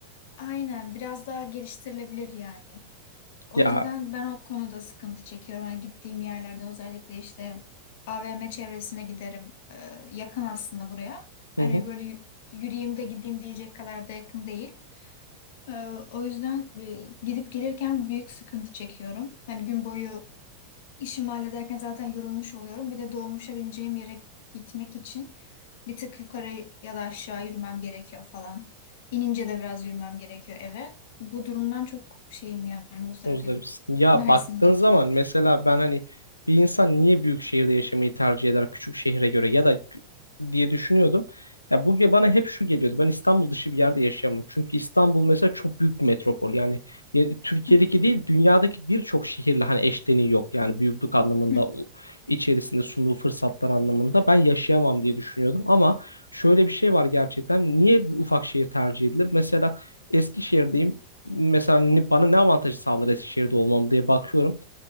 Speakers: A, on the left (about 50°); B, on the left (about 80°).
A: aynen biraz daha geliştirilebilir yani. O
B: Ya
A: yüzden ben o konuda sıkıntı çekiyorum. Hani gittiğim yerlerde özellikle işte AVM çevresine giderim. Ee, yakın aslında buraya. Hani
B: hı hı.
A: böyle y- yürüyeyim de gideyim diyecek kadar da yakın değil. Ee, o yüzden e, gidip gelirken büyük sıkıntı çekiyorum. Yani gün boyu işimi hallederken zaten yorulmuş oluyorum. Bir de dolmuşa bineceğim yere gitmek için bir tık yukarı ya da aşağı yürümem gerekiyor falan. İnince de biraz yürümem gerekiyor eve. Bu durumdan çok şeyim yani muzdaribim
B: Muzdaripsin. Ya
A: Mersin'de.
B: baktığın zaman mesela ben hani bir insan niye büyük şehirde yaşamayı tercih eder küçük şehre göre ya da kü- diye düşünüyordum. Ya bu ge- bana hep şu geliyordu. Ben İstanbul dışı bir yerde yaşayamam. Çünkü İstanbul mesela çok büyük bir metropol. Yani ye- Türkiye'deki
A: Hı
B: değil dünyadaki birçok şehirle hani eşleniği yok. Yani büyüklük anlamında
A: hı.
B: o- içerisinde sunduğu fırsatlar anlamında ben yaşayamam diye düşünüyordum. Ama şöyle bir şey var gerçekten. Niye bir ufak şehir tercih edilir? Mesela Eskişehir'deyim mesela ne- bana ne avantajı sağlar Eskişehir'de olmam diye bakıyorum.